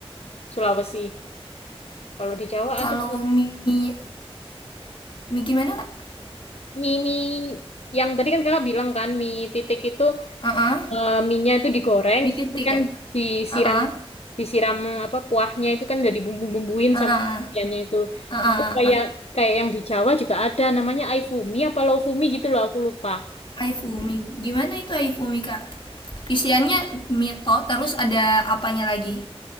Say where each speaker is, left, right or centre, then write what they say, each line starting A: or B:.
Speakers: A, on the left (about 80°); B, on the left (about 50°).
A: Sulawesi. Kalau di Jawa
B: Kalau
A: ada sih.
B: mie mie gimana, Kak?
A: mie mie yang tadi kan kakak bilang kan mie titik itu
B: Heeh.
A: eh, mie-nya itu digoreng,
B: Mie
A: terus
B: titik,
A: nanti kan
B: Kak?
A: disiram
B: ah,
A: disiram apa kuahnya itu kan udah dibumbu-bumbuin
B: ah,
A: sama ikannya itu.
B: ah.
A: Itu kayak
B: heeh.
A: kayak yang di Jawa juga ada namanya Aifumi apa Lofumi gitu loh aku lupa.
B: Aifumi. Gimana itu Aifumi, Kak? Isiannya mie to, terus ada apanya lagi?